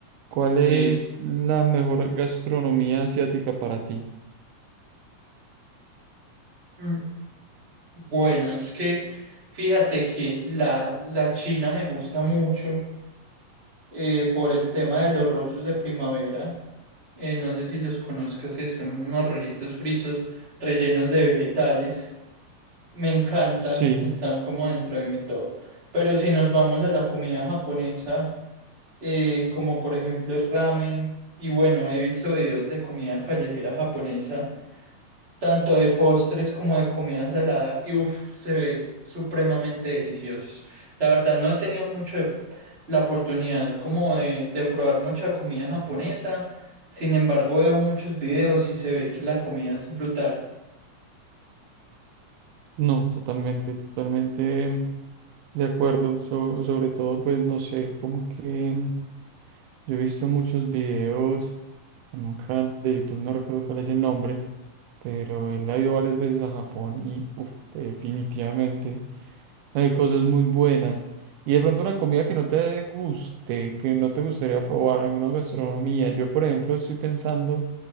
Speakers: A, on the right; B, on the right.
A: ¿Cuál es
B: Sí.
A: la mejor gastronomía asiática para ti?
B: Mm, Bueno, es que fíjate que la, la China me gusta mucho eh, por el tema de los rollos de primavera. Eh, no sé si los conozcas, que son unos rollitos fritos rellenos de vegetales. Me encantan,
A: Sí,
B: están como dentro de mi top. Pero si nos vamos a la comida japonesa, eh, como por ejemplo el ramen, y bueno, he visto videos de comida callejera japonesa. tanto de postres como de comida salada y uff, se ven supremamente deliciosos. La verdad no he tenido mucho de- la oportunidad como de, de probar mucha comida japonesa, sin embargo veo muchos videos y se ve que la comida es brutal.
A: no, totalmente, totalmente de acuerdo. So- sobre todo, pues no sé, como que mm, yo he visto muchos videos en un canal de YouTube, no recuerdo cuál es el nombre, pero él ha ido varias veces a Japón y uf, definitivamente. Hay cosas muy buenas. Y de pronto una comida que no te guste, que no te gustaría probar, alguna gastronomía. Yo, por ejemplo, estoy pensando